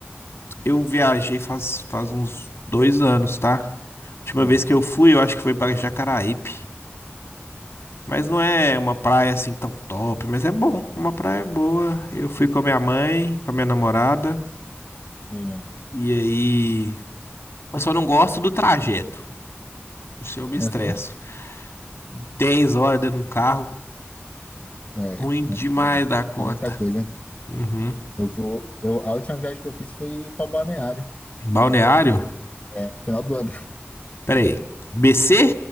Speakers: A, on the left; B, on the left.
A: eu viajei faz, faz uns dois anos, tá? Última
B: Ah.
A: vez que eu fui, eu acho que foi para Jacaraípe. Mas não é uma praia assim tão top, mas é bom, uma praia boa. Eu fui com a minha mãe, com a minha namorada,
B: Legal.
A: e aí eu só não gosto do trajeto. Isso eu me estresso.
B: Aham.
A: dez horas dentro de um carro,
B: É,
A: ruim
B: é
A: demais da conta.
B: é muita coisa.
A: Uhum.
B: Eu vou. Eu, a última viagem que eu fiz foi para Balneário.
A: Balneário?
B: É, final do ano. <laughs>
A: Peraí. BC?